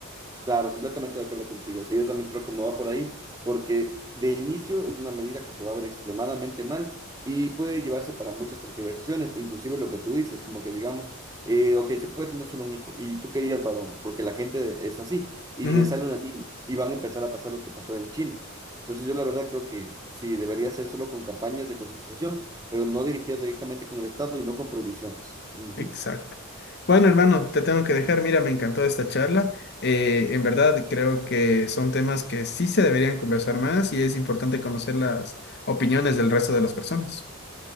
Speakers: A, on the right; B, on the left.
A: Claro, completamente de acuerdo contigo. O sea, yo también creo que no va por ahí, porque de inicio es una medida que se va a ver extremadamente mal y puede llevarse para muchas tergiversaciones, inclusive lo que tú dices, como que digamos, eh, ok, se puede tener solo un hijo y tú querías varón, porque la gente es así y
B: Ujú,
A: le sale una niña y van a empezar a pasar lo que pasó en China. Entonces yo la verdad creo que sí, debería ser solo con campañas de concientización, pero no dirigidas directamente con el Estado y no con prohibiciones. Ujú,
B: exacto. Bueno, hermano, te tengo que dejar. Mira, me encantó esta charla. Eh, en verdad, creo que son temas que sí se deberían conversar más y es importante conocer las opiniones del resto de las personas.